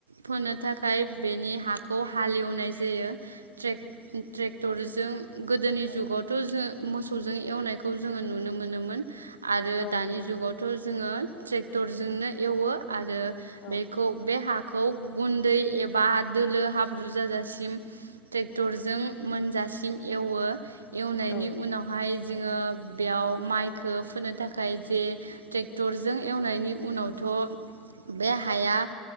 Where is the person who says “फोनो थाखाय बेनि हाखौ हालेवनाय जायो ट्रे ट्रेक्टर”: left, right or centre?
Right